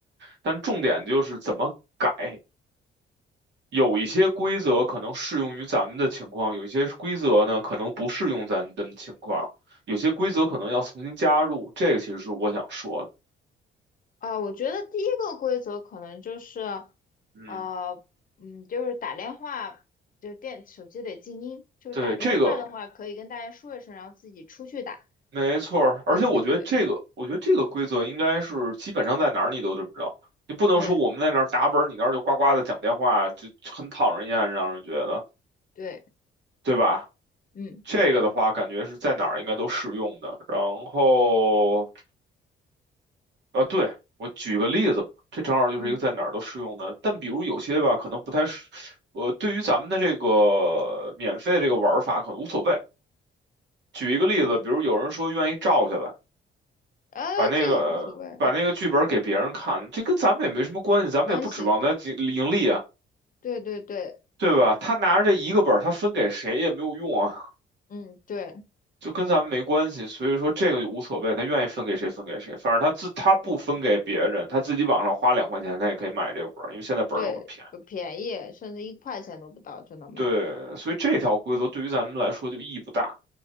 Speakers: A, on the right (about 65°); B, on the left (about 45°).
A: 但重点就是怎么改，有一些规则可能适用于咱们的情况，有一些规则呢可能不适用咱们的情况，有些规则可能要重新加入，这个其实是我想说的。
B: 啊，我觉得第一个规则可能就是，
A: 嗯，
B: 呃，嗯，就是打电话，就电手机得静音，就是打电话的话可以跟大家说一声，
A: 对，这个
B: 然后自己出去打。
A: 没错儿而且我觉得这个，
B: 对对对，
A: 我觉得这个规则应该是基本上在哪儿你都这么着，你不能说我们在那儿打本儿你那儿就呱呱的讲电话，
B: 对
A: 就很讨人厌，让人觉得，
B: 对，
A: 对吧？
B: 嗯
A: 这个的话，感觉是在哪儿应该都适用的，然后。啊，对，我举个例子嘛，这正好就是一个在哪儿都适用的。
B: 嗯
A: 但比如有些吧，可能不太适，呃，对于咱们的这个免费这个玩儿法可能无所谓。举一个例子，
B: 嗯，
A: 比如有人说愿意照下来，
B: 呃，
A: 把那个把那个剧本给别人看，
B: 这个无所谓，
A: 这跟咱们也没什么关系，咱们也不指望他盈盈利啊，
B: 关系对对对对，
A: 对吧？他拿着这一个本儿他分给谁也没有用啊，
B: 嗯对
A: 就跟咱们没关系。所以说这个就无所谓，他愿意分给谁分给谁，反正他自他不分给别人，
B: 对
A: 他自己网上花两块钱，他也可以买这个本儿因为现在本儿都很便宜。
B: 对，不便宜，甚至一块钱都不到就能买。
A: 对，所以这条规则对于咱们来说就意义不大，